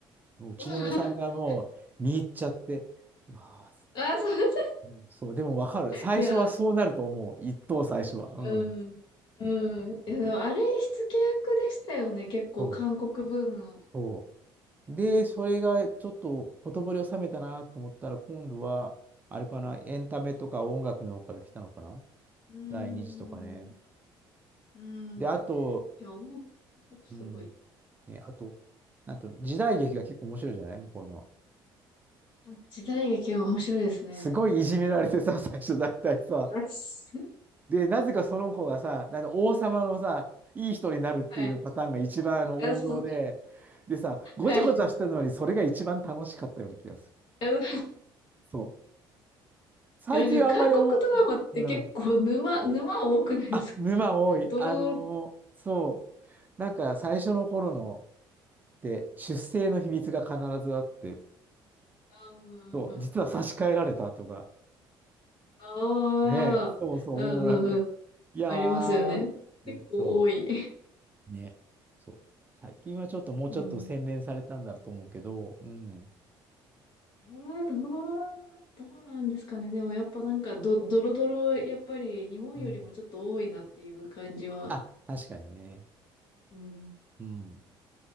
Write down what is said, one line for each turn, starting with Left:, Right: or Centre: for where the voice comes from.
Right: ううちの嫁さんがもう見入っちゃって、
Left: <laughs>
Right: うわあ
Left: あ、そうそう。
Right: うんそう、でもわかる。最初はそうなると思う。
Left: いや、
Right: 一等最初は。うん。
Left: うん。うん。いや、でもあれ、火付け役でしたよね。結構、
Right: そう、
Left: 韓国ブームの。
Right: そうで、それがちょっとほとぼりを冷めたなと思ったら、今度は、あれかな、エンタメとか音楽の方から来たのかな
Left: うーん。
Right: 第二次とかね。
Left: うん。
Right: で、あと、
Left: いや、音楽、k ポップすごい。
Right: うん。ね、あと、なんと、時代劇が結構面白いじゃない向こうの。
Left: なんか時代劇は面白いですね。
Right: すごいいじめられてさ、最初大体さ、
Left: あす
Right: で、なぜかその子がさ、あの王様のさ、いい人になるっていうパターンが一番あの王道で、
Left: はい。あ、そう。
Right: でさ、ごちゃごちゃしてるのにそれが一番楽しかったような気がする。
Left: はい。あの、
Right: そう。最近はあんまりお、
Left: なんか韓国ドラマって結構沼、
Right: うん。
Left: 沼多くないですか
Right: あ、沼多い。
Left: ドロドロ。
Right: あのーそう。なんか最初の頃のって出生の秘密が必ずあって、
Left: あ
Right: そう、実は差し替えられたとか、
Left: あ、
Right: ねえ、
Left: ああ、
Right: そうそう、
Left: うんうんうん。
Right: もうなんかね、いやー、
Left: ありますよね。
Right: で、
Left: 結構多い。
Right: そう。ね。そう。最近はちょっともうちょっと洗練されたんだと思うけど、
Left: うん。
Right: うん。
Left: えー、どう、どうなんですかね。でもやっぱなんかど、ドロドロ、やっぱり日本よりもちょっと多いなっていう感じは。
Right: うん。あ、確かにね。
Left: うん。
Right: うん。